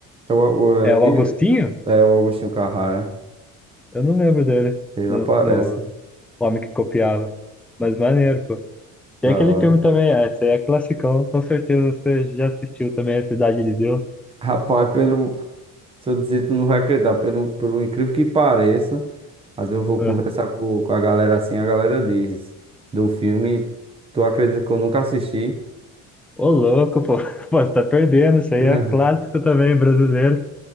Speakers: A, on the right; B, in the centre.
A: é o, o-
B: É
A: ele,
B: o Agostinho?
A: é o Agostinho Carrara.
B: Eu não lembro dele
A: Ele
B: no,
A: aparece.
B: no Homem que Copiava. Mas maneiro, pô. E
A: Da
B: aquele
A: hora.
B: filme também, é, esse aí é classicão, com certeza você já assistiu também, A Cidade de Deus.
A: Rapaz, pelo. Se eu dizer, tu não vai acreditar, pelo, pelo incrível que pareça. Às vezes eu vou conversar
B: É.
A: com, com a galera assim, a galera diz do filme, tu acredita que eu nunca assisti?
B: Ô louco, pô. <laughs> Pô, você tá perdendo, isso
A: <laughs>
B: aí é clássico também, brasileiro.